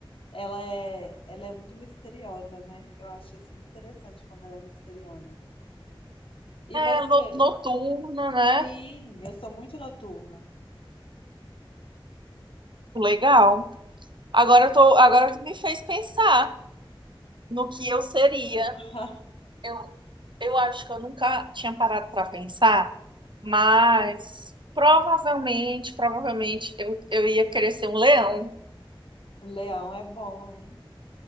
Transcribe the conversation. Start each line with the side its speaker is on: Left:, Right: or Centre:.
Left: Ela é, ela é muito misteriosa, né? Eu acho isso muito interessante como ela é misteriosa. E
Right: é,
Left: você?
Right: no- noturno, né?
Left: Sim, eu sou muito noturna.
Right: Legal. Agora eu tô, agora tu me fez pensar no que eu seria.
Left: <laughs>
Right: Eu, eu acho que eu nunca tinha parado para pensar, mas provavelmente, provavelmente eu, eu ia querer ser um leão.
Left: O leão é bom, hein?